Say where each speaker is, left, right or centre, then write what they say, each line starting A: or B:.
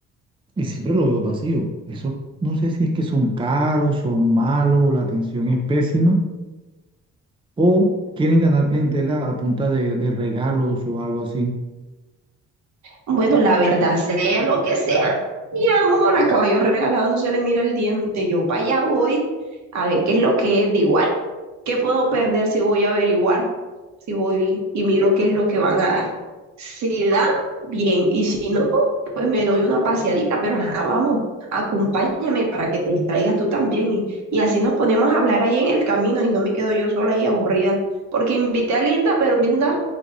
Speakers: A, on the right; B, on the right.
A: y siempre lo veo vacío. Eso no sé si es que son caros, son malos, la atención es pésima o quieren ganar clientela a punta de, de regalos o algo así.
B: Bueno, la verdad, sea lo que sea, mi amor, a caballo regalado no se le mira el diente. Yo para allá voy a ver qué es lo que es. De igual, ¿qué puedo perder si voy a averiguar? Si voy y miro qué es lo que van a dar. Si dan, bien. Y si no, pues me doy una paseadita, pero ajá, vamos, acompáñame para que te distraigas tú también. Y, y así nos ponemos a hablar ahí en el camino y no me quedo yo sola ahí aburrida. Porque invité a Linda, pero Linda